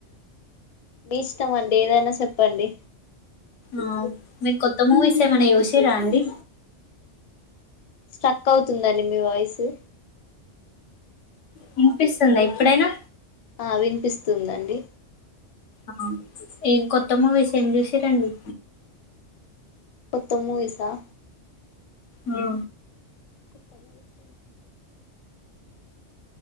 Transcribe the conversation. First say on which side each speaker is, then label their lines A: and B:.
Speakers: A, on the left; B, on the left.
A: మీ ఇష్టం అండి ఏదైనా చెప్పండి
B: ఆ మీకు కొత్త మూవీస్ ఏమన్నా చూసిర్ర అండి
A: స్ట్రక్ అవుతుందండి మీ వాయిసు
B: వినిపిస్తుందా ఇప్పుడైనా
A: ఆ వినిపిస్తుందండి
B: ఆ ఏం కొత్త మూవీస్ ఏం చూసిర్రుండి
A: కొత్త మూవీస్ క్కా
B: ఆ
A: కుప్పల్లో విష